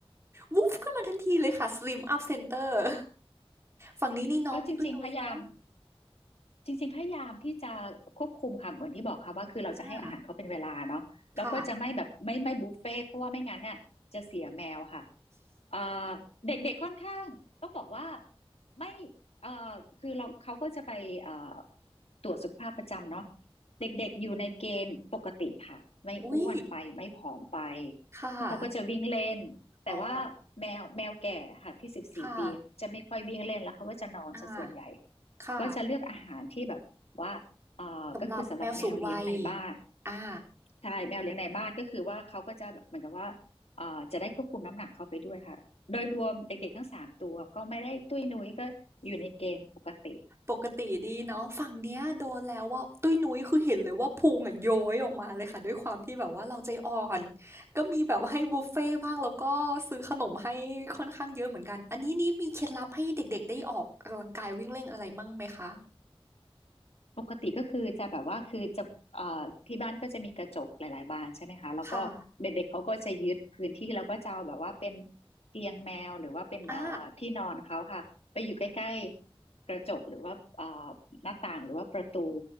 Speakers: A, on the right (about 25°); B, on the left (about 85°).
A: วุบขึ้นมาทันทีเลยค่ะ Slim Up Center ฝั่งนี้นี่น้องตุ้ยนุ้ยเนาะ
B: ก็จริงๆพยายามจริงๆพยายามที่จะควบคุมค่ะเหมือนที่บอกค่ะว่าคือเราจะให้อาหารเขาเป็นเวลาเนาะแล้วก็จะไม่แบบไม่ไม่บุฟเฟ่ต์เพราะว่าไม่งั้นน่ะจะเสียแมวค่ะ
A: อาค่ะ
B: เอ่อเด็กๆค่อนข้างต้องบอกว่าไม่เอ่อคือเราเขาก็จะไปเอ่อ ตรวจสุขภาพประจำเนาะเด็กๆอยู่ในเกณฑ์ปกติค่ะไม่อ้วนไปไม่ผอมไป
A: อุ๊ยค่ะ
B: เพราะเขาก็จะวิ่งเล่นแต่ว่าแมวแมวแก่ค่ะที่สิบสี่ปีจะไม่ค่อยวิ่งเล่นแล้วเขาก็จะนอนซะส่วนใหญ่
A: อ๋อค่ะอาค่ะ
B: ก็จะเลือกอาหารที่แบบว่าเอ่อก็คือสำหรับแมวเลี้ยงในบ้าน
A: สำหรับแมวสูงวัยอา
B: ใช่แมวเลี้ยงในบ้านก็คือว่าเขาก็จะแบบเหมือนกับว่าเอ่อจะได้ควบคุมน้ำหนักเขาไปด้วยค่ะโดยรวมเด็กๆทั้งสามตัวก็ไม่ได้ตุ้ยนุ้ยก็อยู่ในเกณฑ์ปกติ
A: ปกติดีเนาะฝั่งเนี้ยโดนแล้วว่าตุ้ยนุ้ยคือเห็นเลยว่าพุงอะโย้ยออกมาเลยค่ะด้วยความที่แบบว่าเราใจอ่อนก็มีแบบว่าให้บุฟเฟ่ต์บ้างแล้วก็ซื้อขนมให้ค่อนข้างเยอะเหมือนกันอันนี้นี่มีเคล็ดลับให้เด็กๆได้ออกกำลังกายวิ่งเล่นอะไรมั่งไหมคะ
B: ปกติก็คือจะแบบว่าคือจะเอ่อที่บ้านก็จะมีกระจกหลายๆบานใช่ไหมคะแล้วก็เด็กๆเขาก็จะยึดพื้นที่แล้วก็จะเอาแบบว่าเป็น
A: ค่ะ
B: เตียงแมวหรือว่าเป็นเอ่อที่นอนเขาค่ะไปอยู่ใกล้ๆกระจกหรือว่าเอ่อ
A: อ่า
B: หน้าต่างหรือว่าประตู